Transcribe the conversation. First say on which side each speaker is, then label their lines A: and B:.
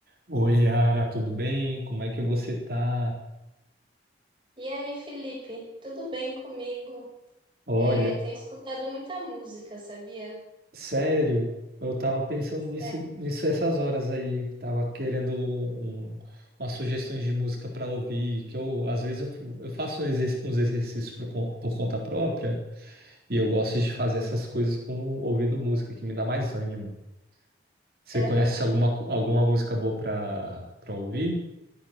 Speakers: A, on the right; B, on the right.
A: Oi, Yara, tudo bem? Como é que você tá?
B: E aí, Felipe, tudo bem comigo?
A: Olha,
B: É, tenho escutado muita música, sabia?
A: sério, eu tava pensando nisso,
B: É,
A: nisso essas horas aí. Tava querendo um- um, umas sugestões de música para ouvir, que eu, às vezes, eu, fu- eu faço uns exer- uns exercícios por, con- por conta própria e eu gosto de fazer essas coisas com ouvindo música, que me dá mais ânimo. Você
B: Aham.
A: conhece alguma, co- alguma música boa para para ouvir?